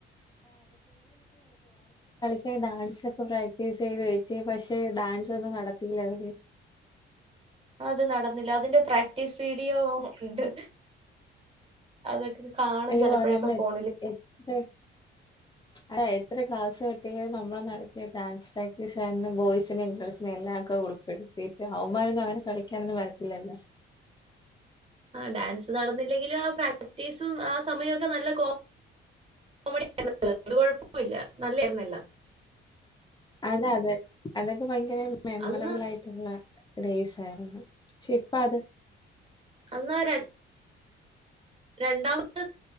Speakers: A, on the left (about 20°); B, on the right (about 30°).
A: കെ ഡാൻസ് ഒക്കെ പ്രാക്ടീസ് ചെയ്ത് വച്ചു പക്ഷെ ഡാൻസ് ഒന്നും നടത്തില്ല അവര്
B: അത് നടന്നില്ല അതിന്റെ പ്രാക്ടീസ് സീഡിയോ ഉണ്ട് അതൊക്കെ കാണും
A: അയ്യോ
B: ചിലപ്പോഴൊക്കെ
A: നമ്മൾ
B: ഫോണിൽ
A: എത്ത് എത് അത എത്ര ക്ലാസ് എട്തിഞ് നമ്മൾ നടത്തിയ ഡാൻസ് പ്രാക്ടീസ് ആരുന്നു ബോയ്സിനെയും ഗേൾസിനെയും എല്ലാം ഒക്കെ ഉളൾപ്പെെടുത്തിട്ട് അവമാനൊന്നും അങ്ങനെ കളിക്കാനൊന്നും വരത്തില്ലല്ലോ
B: അ ഡാൻസ് നടന്നില്ലെങ്കിലും ആ പ്രാക്ടീസും ആ സമയൊക്കെ നല്ല കോമഡിഴപ്പല്ല നല്ലായിരുന്നല്ല
A: അതെ അതെ അതൊക്കെ ഭയങ്കര മെമ്മറബിൾ
B: അന്ന്
A: ആയിട്ടുള്ള ഡേസ് വേറെന്ത ഷേഇപ്പാ തെ
B: അന്ന രൺ രണ്ടാമത്അ